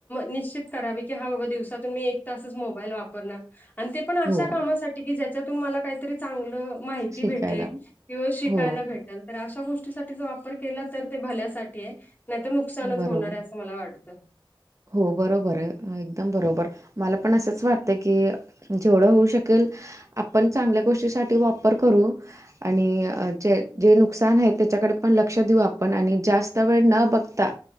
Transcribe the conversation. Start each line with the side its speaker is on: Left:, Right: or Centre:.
Left: निश्चित करावी की, हा बाबा दिवसातून मी एक तासच मोबाईल वापरणार. आणि ते पण अशा
Right: हो
Left: कामासाठी की ज्याच्यातून मला काहीतरी चांगलं माहिती
Right: शिकायला
Left: भेटेल किंवा शिकायला
Right: हो
Left: भेटेल तर, अशा गोष्टीसाठी ज वापर केला तर ते भल्यासाठी आहे नाही तर, नुकसानच
Right: बरोबर
Left: होणार आहे असं मला वाटतं.
Right: हो बरोबर आहे, एकदम बरोबर मला पण असंच वाटतं की जेवढं होऊ शकेल, आपण चांगल्या गोष्टीसाठी वापर करू आणि जे जे नुकसान आहे, त्याच्याकडे पण लक्ष देऊ आपण आणि जास्त वेळ न बघता